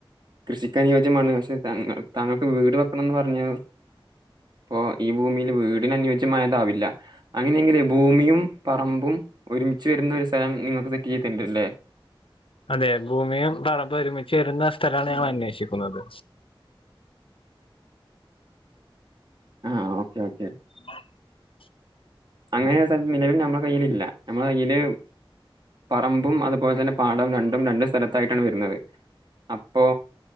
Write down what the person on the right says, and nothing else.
കൃഷിക്ക് അനുയോജ്യമാണ് താങ്കൾക്ക് വീട് വെക്കണം എന്ന് പറഞ്ഞു അപ്പോൾ ഈ ഭൂമിയിലെ വീടിന് അനുയോജ്യമായത് ആവില്ല അങ്ങനെയാണെങ്കിൽ ഭൂമിയും പറമ്പും ഒരുമിച്ചു വരുന്ന സ്ഥലം നിങ്ങൾക്ക് സെറ്റ് ചെയ്യ്തു വെക്കേണ്ടി വരും ലേ
ആ ഓക്കേ ഓക്കേ
അങ്ങനെ ഒരു സ്ഥലം നിലവിൽ നമ്മടെ കയ്യിൽ ഇല്ല നമ്മടെ കയ്യില് പറമ്പും അതുപോലെതന്നെ പാടവും രണ്ടും രണ്ടു സ്ഥലത്തായിട്ടാണ് വരുന്നത് അപ്പോ